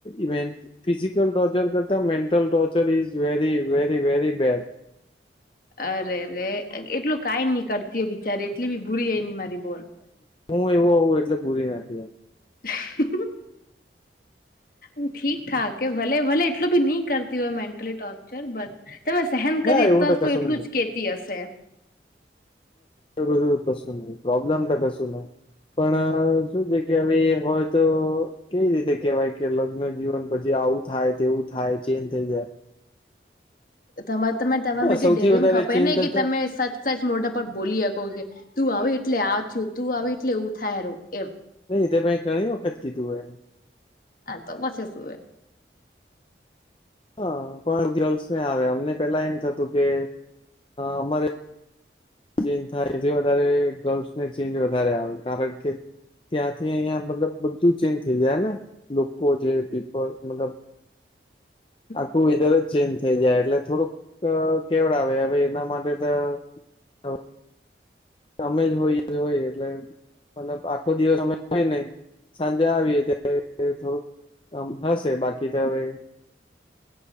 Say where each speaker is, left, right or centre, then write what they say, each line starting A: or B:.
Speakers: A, on the left (about 30°); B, on the left (about 50°).
A: ઇવે ફિઝિકલ ટોર્ચર કરતા mental torture is very very very bad
B: અરેરે એટલું કાઈ નહી કરતી હો બિચારી એટલી બી ભૂરી એય ની મારી બોન.
A: હું એવું હોું એટલે પૂરી નથી એ
B: હ <unintelligible> ઠીક ઠાક કે ભલે ભલે એટલું બી નહી કરતી હોય મેન્ટલી ટોર્ચર બટ તમે સહેન
A: ના
B: કરી
A: એવું
B: ત
A: કશું
B: તો એટલું જ કેતી હશે.
A: એ બધું કશું ન પ્રોબ્લેમ તો કશું નહી. પણ શું છે કેવે હોય તો કેવી રીતે કેવાય કે લગ્ન જીવન પછી આવું થાય તેવું થાય ચેન્જ થઈ જાય.
B: તમા મત તમાને માટેટી
A: હ સૌથી
B: ડેરિંગ
A: વધારે
B: ખપે
A: ચેન્જ
B: ને
A: થતા
B: કે તમે સચ સાચ મોઢા પર બોલી હકો કે તું આવે એટલે આ થયું તું આવે એટલે એવું થાય રહું એમ
A: નહી તો ભાઈ ઘણી વખત કીધું હોય એ
B: હા તો પછી શું એ.
A: હ પણ ગર્લ્સ ને આવે અમને પેલા એમ થતું કે અમારે ચેન્જ થાય એથી વધારે ગર્લ્સને ચેન્જ વધારે આવે કારણ કે ત્યાંથી અહિયાયા મતલ બધું ચેન્જ થઈ જાય ને લોકો જે પીપલ મતલબ
B: <inaudible>
A: આખું વેધર જ ચેન્જ થઈ જાય એટલે થોડુંક કેવડ આવે હવે એના માટે તો તો અમે જ હોય હોય એટલે મતલબ આખો દિવસ અમે હોય નહી. સાંજે આવીએ ત્યારે થોડ આમ હશે બાકી તો હવે